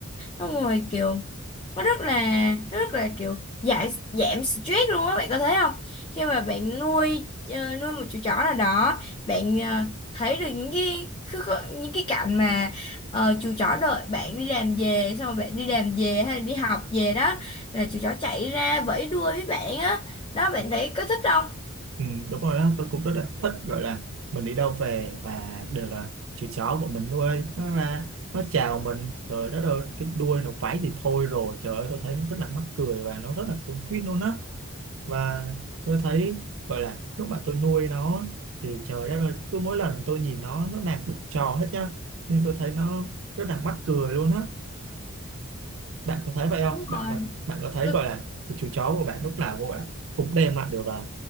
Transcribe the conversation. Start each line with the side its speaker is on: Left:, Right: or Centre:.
Left: xong rồi kiểu nó rất là rất là kiểu giải giảm stress luôn á bạn có thấy không khi mà bạn nuôi ờ, nuôi một chú chó nào đó bạn ờ, thấy được những cái cứ có- những cái cảnh mà ờ, chú chó đợi bạn đi làm về xong rồi bạn đi làm về hay là đi học về đó là chú chó chạy ra vẫy đuôi với bạn á đó bạn thấy có thích không
Right: Ừ, đúng rồi đó tôi cũng rất là thích gọi là mình đi đâu về và đều là chú chó của mình nuôi nó ra nó chào mình trời đất ơi cái đuôi nó vẫy thì thôi rồi trời ơi tôi thấy nó rất là mắc cười và nó rất là cuốn quýt luôn á và tôi thấy gọi là lúc mà tôi nuôi nó thì trời đất ơi cứ mỗi lần tôi nhìn nó nó làm được trò hết nhá nên tôi thấy nó rất là mắc cười luôn á bạn có thấy vậy không
Left: đúng
Right: bạn có bạn có thấy
Left: rồi
Right: gọi là chú chó của bạn lúc nào của bạn cũng đem lại được là